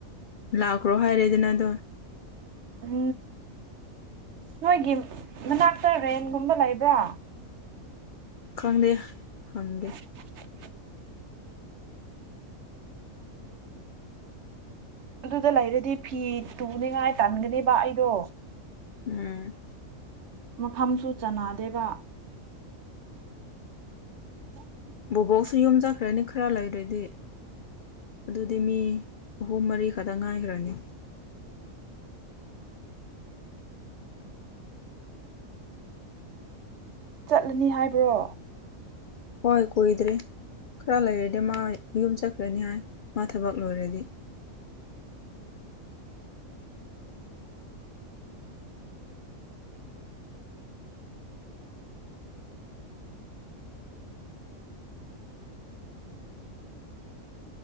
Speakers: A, on the left; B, on the right.
A: ꯂꯥꯛꯈ꯭ꯔꯣ ꯍꯥꯏꯔꯦꯗꯅ ꯑꯗꯣ
B: ꯎꯝ ꯅꯣꯏꯒꯤ ꯃꯅꯥꯛꯇ ꯔꯦꯟꯒꯨꯝꯕ ꯂꯩꯕ꯭ꯔꯥ
A: ꯈꯪꯗꯦ ꯍꯪꯒꯦ
B: <unintelligible> ꯑꯗꯨꯗ ꯂꯩꯔꯗꯤ ꯐꯤ ꯇꯨꯅꯤꯉꯥꯏ ꯊꯝꯒꯥꯅꯦꯕ ꯑꯩꯗꯣ
A: ꯎꯝ
B: ꯃꯐꯝꯁꯨ ꯆꯅꯥꯗꯦꯕ <inaudible>
A: ꯕꯨꯕꯣꯛꯁꯨ ꯌꯨꯝ ꯆꯠꯈ꯭ꯔꯅꯤ ꯈꯔ ꯂꯩꯔꯗꯤ ꯑꯗꯨꯗꯤ ꯃꯤ ꯑꯍꯨꯝ ꯃꯔꯤ ꯈꯛꯇꯪ ꯉꯥꯏꯈ꯭ꯔꯅꯤ
B: ꯆꯠꯂꯅꯤ ꯍꯥꯏꯕ꯭ꯔꯣ
A: ꯍꯣꯏ ꯀꯨꯏꯗ꯭ꯔꯦ ꯈꯔ ꯂꯩꯔꯗꯤ ꯃꯥ ꯌꯨꯝ ꯆꯠꯈ꯭ꯔꯅꯤ ꯍꯥꯏ ꯃꯥ ꯊꯕꯛ ꯂꯣꯏꯔꯗꯤ <inaudible>